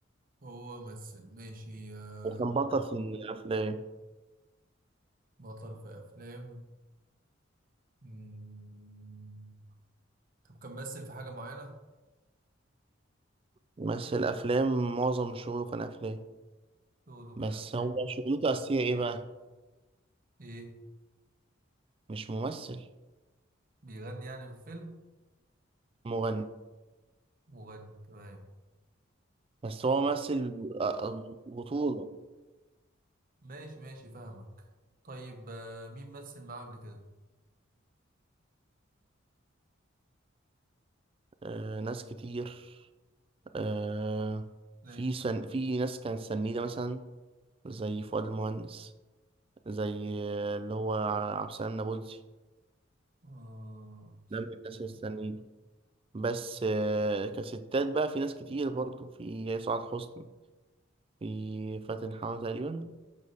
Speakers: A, on the right; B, on the right.
A: هو ممثل ماشي آه،
B: وكان بطل في الأفلام
A: بطل في أفلام مم. طب كان ممثل في حاجة معينة؟
B: مثل أفلام معظم شغله كان أفلام
A: له له
B: بس
A: كان أفلام
B: هو شغلته الأساسية إيه بقى؟
A: ايه
B: مش ممثل
A: بيغني يعني في الفيلم
B: مغني
A: مغني تمام
B: بس هو ممثل آه، بطولة
A: ماشي ماشي فاهمك طيب آه، مين مثل معاه قبل كده
B: آه ناس كتير آه
A: زي
B: في
A: مين
B: سن
A: مثلا
B: في ناس كانت سنيدة مثلا زي فؤاد المهندس زي آه، اللي هو ع- عبد السلام نابلسي
A: آه استنى.
B: ده من الناس السنيدة بس آه كستات بقى في ناس كتير برضو في سعاد حسني في فاتن حمامة تقريبا